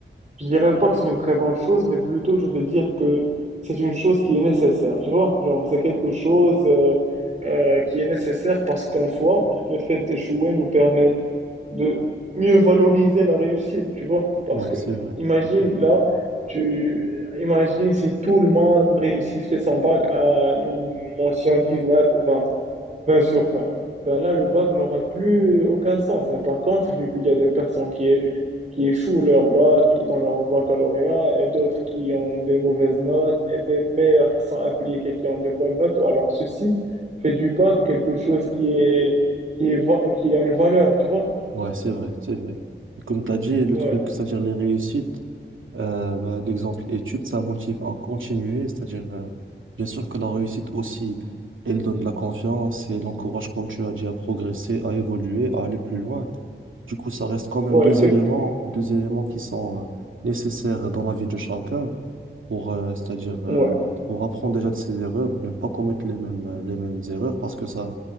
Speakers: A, on the right; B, on the right.
A: Je dirais pas que c'est une très bonne chose, mais plutôt je vais dire que c'est une chose qui est nécessaire, tu vois? Genre, c'est quelque chose euh, euh, qui est nécessaire parce qu'en soi, le fait d'échouer nous permet de mieux valoriser la réussite, tu vois. Parce
B: Oui,
A: que,
B: c'est vrai.
A: imagine,
B: C'est vrai.
A: là, tu, imagine si tout le monde réussissait son bac à une mention 19 ou vingt 20 sur 20, Ben là, le bac n'aurait plus aucun sens. Mais par contre, vu qu'il y a des personnes qui, é- qui échouent leur bac, qui dans leur baccalauréat, et d'autres qui ont des mauvaises notes, et des meilleurs qui sont impliqués, qui ont de bonnes notes, alors ceci fait du bac quelque chose qui est, qui est, va- qui a une valeur, tu vois.
B: Ouais, c'est vrai, c'est vrai. Et comme tu as dit, le
A: Ouais.
B: truc, c'est-à-dire les réussites, euh, bah, l'exemple études, ça motive à continuer. C'est-à-dire, euh, bien sûr que la réussite aussi, elle donne de la confiance et l'encourage, comme tu as dit, à progresser, à évoluer, à aller plus loin. Du coup, ça reste quand même
A: Ouais,
B: deux
A: effecti-
B: éléments, deux éléments qui sont, euh, nécessaires dans la vie de chacun. pour, euh, c'est-à-dire, euh,
A: ouais,
B: pour apprendre déjà de ses erreurs, ne pas commettre les mêmes, euh, les mêmes erreurs, parce que ça,